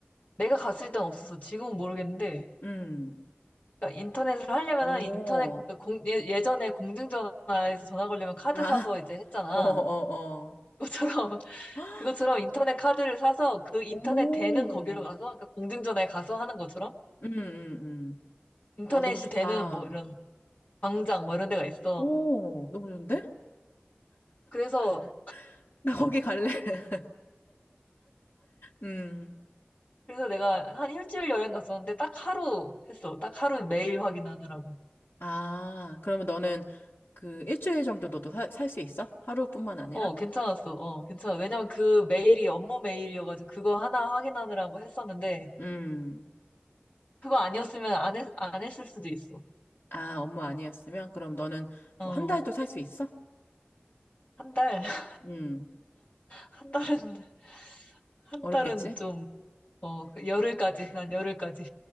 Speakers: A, on the left (about 40°); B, on the left (about 70°).
A: 내가 갔을 땐 없어서 지금은 모르겠는데,
B: 음,
A: 그러니까 인터넷을 하려면은
B: 오,
A: 인터넷, 그 공, 예, 예전에 공중전화에서 전화 걸려면 카드
B: 아,
A: 사서 이제 했잖아.
B: <laughs> 어, 어,
A: 그것처럼
B: 어.
A: 그것처럼 인터넷 카드를 사서 그 인터넷
B: 오,
A: 되는 거기로 가서
B: 음,
A: 그러니까 공중전화에 가서 하는 것처럼
B: 음, 음.
A: 인터넷이
B: 아, 너무 좋다.
A: 되는 뭐 이런 광장 뭐 이런 데가 있어.
B: 오, 너무 좋은데?
A: 그래서
B: <laughs> 나 거기 갈래? <laughs> 음.
A: 그래서 내가 한 일주일 여행 갔었는데 딱 하루 했어. 딱 하루 메일 확인하느라고.
B: 아, 그러면 너는 그 일주일 정도 너도 살 수 있어? 하루뿐만 아니라?
A: 어, 괜찮았어. 어, 괜찮아. 왜냐면 그 메일이 업무 메일이어가지고 그거 하나 확인하느라고 했었는데
B: 음.
A: 그거 아니었으면 안 했, 안 했을 수도 있어.
B: 아, 업무 아니었으면? 그럼 너는
A: 어,
B: 뭐 한 달도 살 수 있어?
A: 한 달, <laughs>
B: 음.
A: 한 달은, 한
B: 어렵겠지?
A: 달은 좀, 어, 열흘까지, 난 열흘까지.